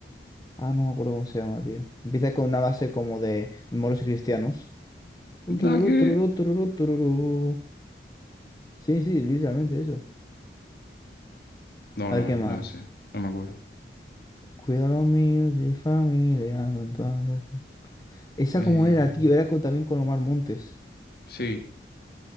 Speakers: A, on the left (about 20°); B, on the left (about 60°).
A: Ah, no me acuerdo cómo se llama, tío. Empieza con una base como de moros y cristianos. Tu, tururú,
B: ¿Da qué?
A: tururú, tururú, tururú. Sí, sí, literalmente eso.
B: No,
A: A
B: no,
A: ver qué
B: no
A: más.
B: sé, no me acuerdo.
A: Cuida los míos y familia. mi padre. Esa
B: Eh,
A: como era, tío. Era con- también con Omar Montes.
B: sí.